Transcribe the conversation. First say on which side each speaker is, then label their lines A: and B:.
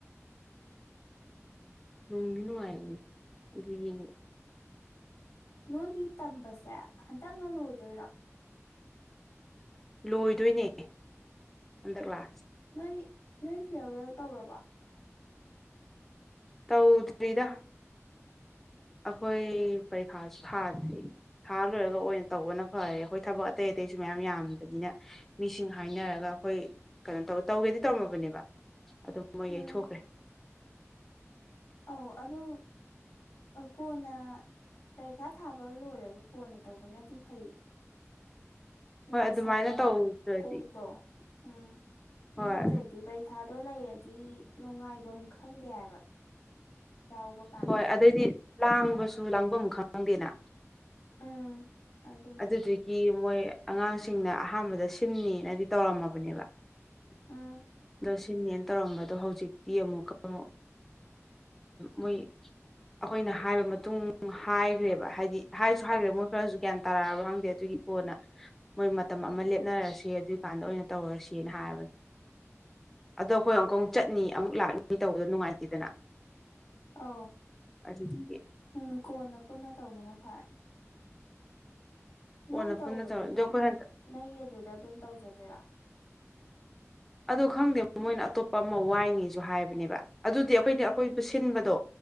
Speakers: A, in the centre; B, on the left.
A: ꯂꯣꯡꯕꯤ ꯅꯨꯡꯉꯥꯏꯔꯅꯦ ꯑꯗꯨ ꯌꯦꯡꯉ
B: ꯅꯣꯏꯒꯤ ꯇꯝꯕꯁꯦ ꯍꯟꯇꯛꯅ ꯂꯣꯏꯗꯣꯏꯔꯣ
A: ꯂꯣꯏꯗꯣꯏꯅꯦ ꯍꯟꯗꯛ ꯂꯥꯛ
B: ꯅꯣꯏ ꯅꯣꯏ ꯐꯤꯌꯥꯔꯋꯦꯜ ꯇꯧꯔꯕ
A: ꯇꯧꯗ꯭ꯔꯔꯤꯗ ꯑꯩꯈꯣꯏ ꯐꯩ ꯈꯥꯁ ꯊꯥ ꯊꯔꯤ ꯊꯥ ꯂꯣꯏꯔꯒ ꯑꯣꯏꯅ ꯇꯧꯕꯅ ꯐꯔꯦ ꯑꯩꯈꯣꯏ ꯊꯕꯛ ꯑꯇꯩ ꯑꯇꯩꯁꯨ ꯃꯌꯥꯝ ꯌꯥꯝꯕꯅꯤꯅ ꯃꯤꯁꯤꯡ ꯍꯥꯏꯅꯔꯒ ꯑꯩꯈꯣꯏ ꯀꯩꯅꯣ ꯇꯧ ꯇꯧꯒꯦꯗꯤ ꯇꯧꯝꯃꯕꯅꯦꯕ ꯑꯗꯨ ꯃꯣꯏ
B: ꯎꯝ
A: ꯌꯩꯊꯣꯛꯈ꯭ꯔꯦ
B: ꯑꯧ ꯑꯗꯨ ꯀꯣꯟꯅ ꯄꯔꯤꯈꯥ ꯊꯥꯕ ꯂꯣꯏꯔꯒ ꯀꯣꯟꯅ ꯇꯧꯕꯅꯗꯤ ꯐꯩ
A: ꯍꯣꯏ
B: ꯋꯥꯏ
A: ꯑꯗꯨꯃꯥꯏꯅ
B: ꯁꯪꯅ
A: ꯇꯧꯗ꯭ꯔꯗꯤ
B: ꯀꯣꯛꯇꯣ ꯎꯝ
A: ꯍꯣꯏ
B: ꯅꯠꯇ꯭ꯔꯗꯤ ꯄꯔꯤꯈꯥꯗꯣ ꯂꯩꯔꯗꯤ ꯅꯨꯡꯉꯥꯏꯕꯝ ꯈꯪꯗꯦ ꯍꯥꯏꯕ ꯌꯥꯎꯕ ꯀꯥꯟꯗ
A: ꯍꯣꯏ ꯑꯗꯩꯗꯤ ꯂꯥꯡꯕꯁꯨ ꯂꯥꯡꯐꯝ ꯑꯃ ꯈꯪꯪꯗꯦꯅ
B: ꯎꯝ ꯑꯗꯨꯅꯦ
A: ꯑꯗꯨꯗꯒꯤ ꯃꯣꯏ ꯑꯉꯥꯡꯁꯤꯡꯅ ꯑꯍꯥꯟꯕꯗ ꯁꯤꯟꯅꯤꯅꯗꯤ ꯇꯧꯔꯝꯃꯕꯅꯦꯕ
B: ꯎꯝ
A: ꯁꯤꯅꯦꯅ ꯇꯧꯔꯝꯕꯗꯣ ꯍꯧꯖꯤꯛꯇꯤ ꯑꯃꯨꯛꯀ ꯑꯃꯨꯛ ꯃꯣꯏ ꯑꯩꯈꯣꯏꯅ ꯍꯥꯏꯕ ꯃꯇꯨꯡ ꯍꯥꯏꯈ꯭ꯔꯦꯕ ꯍꯥꯏꯗꯤ ꯍꯥꯏꯁꯨ ꯍꯥꯏꯈ꯭ꯔꯦ ꯃꯣꯏ ꯈꯔꯁꯨ ꯒ꯭ꯌꯥꯟ ꯇꯥꯔꯛꯑꯕ ꯈꯪꯗꯦ ꯑꯗꯨꯒꯤ ꯀꯣꯟꯅ ꯃꯣꯏ ꯃꯇꯝ ꯑꯃ ꯂꯦꯞꯅꯔꯁꯦ ꯑꯗꯨꯒꯤꯀꯥꯟꯗ ꯑꯣꯏꯅ ꯇꯧꯔꯁꯦꯅ ꯍꯥꯏꯕꯅꯤ ꯑꯗꯣ ꯑꯩꯈꯣꯏ ꯑꯃꯨꯛꯀ ꯑꯃꯨꯛ ꯆꯠꯅꯤ ꯑꯃꯨꯛ ꯂꯥꯛꯅꯤ ꯇꯧꯕꯗꯣ ꯅꯨꯡꯉꯥꯏꯇꯦꯗꯅ
B: ꯑ
A: ꯑꯗꯨꯗꯨꯒꯤ
B: ꯎꯝ ꯀꯅ ꯄꯨꯟꯅ ꯇꯧꯕꯅ ꯐꯔꯦ ꯅꯣꯏ
A: ꯀꯣꯟꯅ
B: ꯇꯧꯕꯗꯤ
A: ꯄꯨꯟꯅ ꯇꯧꯔ
B: ꯑꯗꯨꯝ
A: ꯑꯗꯣ ꯑꯩꯈꯣꯏ ꯍꯟꯗꯛ
B: ꯅꯣꯏꯒꯤ ꯑꯗꯨꯗ ꯑꯗꯨꯝ ꯇꯧꯖꯗꯣꯏꯔꯥ
A: ꯑꯣ ꯈꯪꯗꯦ ꯃꯣꯏꯅ ꯑꯇꯣꯞꯄ ꯑꯃ ꯋꯥꯏꯉꯁꯨ ꯍꯥꯏꯕꯅꯦꯕ ꯑꯗꯨꯗꯤ ꯑꯩꯈꯣꯏꯅ
B: ꯎꯝ
A: ꯑꯈꯣꯏꯕ ꯁꯤꯟꯕꯗꯣ